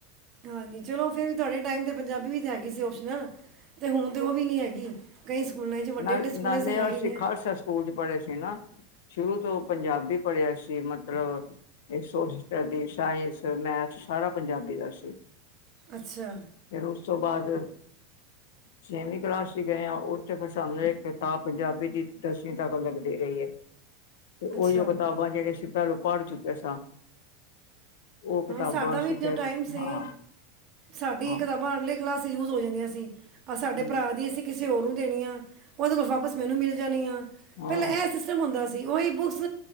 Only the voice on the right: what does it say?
ਹਾਂਜੀ, ਚਲੋ ਫੇਰ ਵੀ ਤੁਹਾਡੇ ਟਾਈਮ ਤੇ ਪੰਜਾਬੀ ਵੀ ਤਾਂ ਹੈਗੀ ਸੀ ਉਪਸ਼ਨਲ, ਤੇ ਹੁਣ ਤੇ ਉਹ ਵੀ ਨਹੀਂ ਹੈਗੀ। ਕਈ ਸਕੂਲਾਂ 'ਚ ਵੱਡੇ
ਵੱਡੇ ਸਕੂਲਾਂ
'ਚ ਹੈ ਹੀ
ਨਹੀਂ
ਅੱਛਾ
ਅੱਛਾ
ਹਾਂ ਸਾਡਾ
ਵੀ ਜੋ
ਟਾਈਮ ਸੀ
ਸਾਡੀ
ਕਿਤਾਬਾਂ ਅਗਲੇ ਕਲਾਸ ਚ ਯੂਜ ਹੋ ਜਾਂਦੀਆਂ ਸੀ। ਆ ਸਾਡੇ
ਭਰਾ ਦੀ ਅਸੀਂ ਕਿਸੇ ਹੋਰ ਨੂੰ ਦੇਣੀ ਆ ਉਹਦੇ ਕੋਲ ਵਾਪਸ ਮੈਨੂੰ ਮਿਲ ਜਾਣੀ ਆ।
ਪਹਿਲਾਂ ਇਹ ਸਿਸਟਮ ਹੁੰਦਾ ਉਹੀ ਬੁੱਕਸ